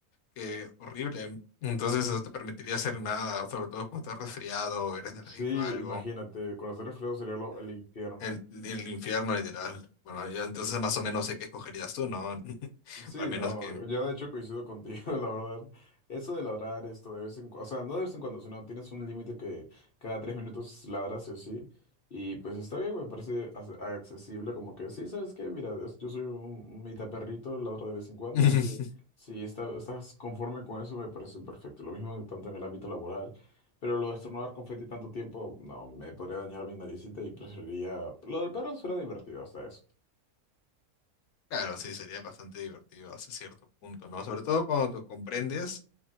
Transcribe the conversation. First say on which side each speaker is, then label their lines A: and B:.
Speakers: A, on the left; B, on the left.
A: que horrible. Entonces no te permitiría hacer nada, sobre todo cuando estás resfriado o eres alérgico
B: Sí,
A: a algo.
B: imagínate, con hacer frío sería lo- el infierno.
A: El, el infierno, literal. Bueno, yo entonces más o menos sé qué escogerías tú, ¿no? <laughs>
B: Sí,
A: O al menos
B: no,
A: que...
B: yo de hecho coincido contigo, <laughs> la verdad. Eso de ladrar esto de vez en cuando, o sea, no de vez en cuando, sino tienes un límite que cada tres minutos ladras sí o sí. Y pues está bien, me parece ac- accesible, como que sí, ¿sabes qué? Mira, es- yo soy un un mitad perrito, ladro de vez en cuando,
A: <laughs>
B: así que si está- estás conforme con eso, me parece perfecto. Lo mismo tanto en el ámbito laboral, pero lo de estornudar confeti tanto tiempo, no, me podría dañar mi naricita y preferiría... Lo del perro suena divertido hasta eso.
A: Claro, sí, sería bastante divertido hasta cierto punto, ¿no? Sobre todo cuando tú comprendes